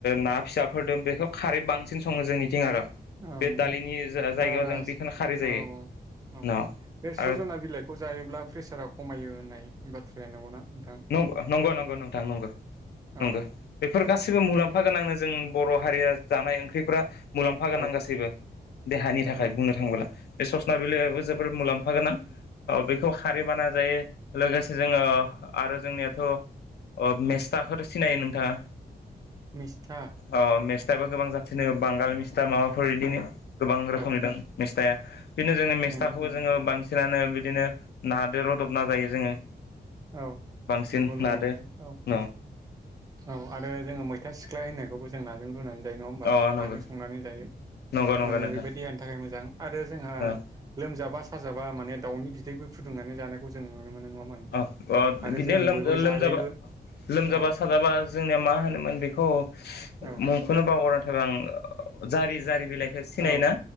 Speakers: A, on the left; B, on the right.
A: ना फिसाफोरदों बेखौ खारै बांसिन सङो जोंनिथिं आरो बे
B: औ नंगौ
A: दालिनि जायगायाव
B: ओ
A: जों बेखौनो खारै जायो
B: औ औ
A: न
B: बे सजना
A: आरो
B: बिलाइखौ जायोब्ला प्रेसारा खमायो होननाय बाथ्राया नंगौना नोंथां
A: नंगौ नंगौ नंगौ नोंथां नंगौ
B: औ
A: नंगौ बे बेफोर गासिबो मुलाम्फा गोनांनो जों बर' हारिया जानाय ओंख्रिफोरा मुलाम्फा गोनां
B: औ
A: गासैबो देहानि
B: औ
A: थाखाय बुंनो थाङबोला बे ससना बिलाइआबो जोबोद मुलाम्फा गोनां औ बेखौ खारै बानायना जायो लोगोसे जोङो आरो जोंनियाथ' मेस्थाखौथ' सिनायो नोंथाङा
B: मिस्था
A: औ मेस्टाबो गोबां जाथिनो बांगाल मिस्टा माबाफोर बिदिनो गोबां
B: औ
A: रोखोमनि दं मेस्टा बिदिनो जोंनि मेस्थाखौबो
B: नंगौ
A: जोङो बांसिन बिसिनानो बिदिनो नादो रुदबना जायो जोङो
B: औ
A: बांसिन
B: नंगौ नंगौ
A: नादो
B: नोंथां औ
A: न
B: औ आरो जोङो मैथा फिथा सिख्लाय होननायखौबो जों नाजों रुनानै जायो नङा होमबा
A: अ नंगौ
B: नाजों संनानै जायो
A: नंगौ नंगौ
B: माने
A: नोंथां
B: बेबायदि देहानि थाखाय मोजां आरो जोंहा
A: ओ
B: लोमजाबा साजाबा माने दाउनि बिदैबो फुदुंनानै जानायखौ जों नुनो मोनो नङामा नोंथां
A: अ अ
B: आरो
A: बिनो
B: जों बयबो जायोबो
A: लोमजाबा लोमजाबा
B: औ
A: साजाबा जोंनिया मा होनोमोन बेखौ
B: औ
A: मुंख'नो बा बावगारनानै थाबा आं जारि जारि बिलाइखौ सिनायोना
B: औ